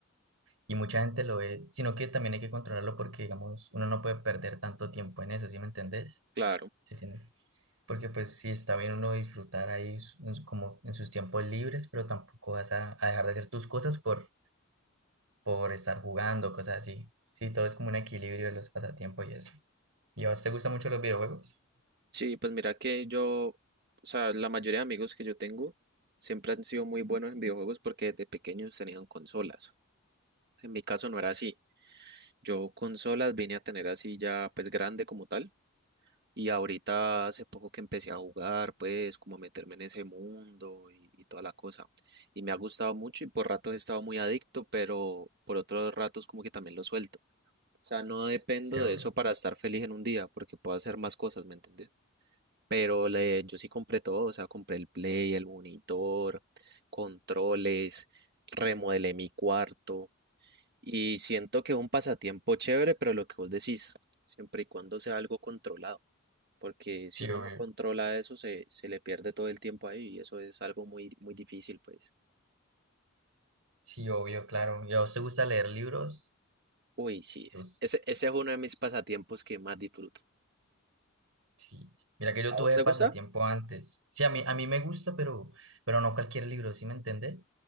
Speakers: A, on the right; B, on the right.
A: Y mucha gente lo ve, sino que también hay que controlarlo porque, digamos, uno no puede perder tanto tiempo en eso, ¿sí me entendés?
B: Claro.
A: Sí, Porque pues sí está bien uno disfrutar ahí su- en su- como en sus tiempos libres, pero tampoco vas a, a dejar de hacer tus cosas por, por estar jugando, cosas así. Sí, todo es como un equilibrio de los pasatiempos y eso. ¿Y a vos te gustan mucho los videojuegos?
B: Sí, pues mira que yo, o sea, la mayoría de amigos que yo tengo siempre han sido muy buenos en videojuegos porque desde pequeños tenían consolas. En mi caso no era así. Yo consolas vine a tener así ya pues grande como tal. Y ahorita hace poco que empecé a jugar, pues como a meterme en ese mundo y, y toda la cosa. Y me ha gustado mucho y por ratos he estado muy adicto, pero por otros ratos como que también lo suelto. O sea, no dependo
A: Sí, obvio.
B: de eso para estar feliz en un día porque puedo hacer más cosas, ¿me entendés? Pero le- yo sí compré todo, o sea, compré el play, el monitor, controles, remodelé mi cuarto y siento que es un pasatiempo chévere, pero lo que vos decís, siempre y cuando sea algo controlado, porque
A: Sí,
B: si uno
A: obvio.
B: no controla eso, se, se le pierde todo el tiempo ahí y eso es algo muy, muy difícil, pues.
A: Sí, obvio, claro. ¿Y a vos te gusta leer libros?
B: Uy, sí,
A: ¿Te
B: es-
A: gus-
B: ese, ese es uno de mis pasatiempos que más disfruto.
A: Sí. Mira que yo
B: ¿A
A: tuve
B: vos te
A: pasatiempo
B: gusta?
A: antes. Sí, a mí, a mí me gusta, pero, pero no cualquier libro, ¿sí me entendés?